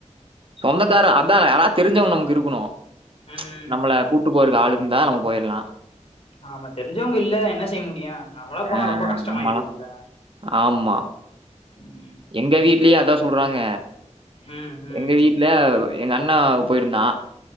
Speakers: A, on the right; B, on the left.
A: சொந்தக்கார அதான் யாராவது தெரிஞ்சவங்க நமக்கு இருக்கணும்
B: ம்
A: நம்மள கூட்டு போறது ஆளுக் இருந்தா நம்ம போயிரலாம்
B: ஆமா தெரிஞ்சவங்க இல்லே என்ன செய்ய முடியும் நம்மளா போனா
A: ஆ
B: ரொம்ப கஷ்டமாயிபோவும்ல
A: நம்மலாம் ஆமா.
B: உம் <inaudible>
A: எங்க வீட்லயே அதா சொல்றாங்க
B: ம் ம்
A: எங்க வீட்டுல எங்க அண்ணா போயிருந்தான்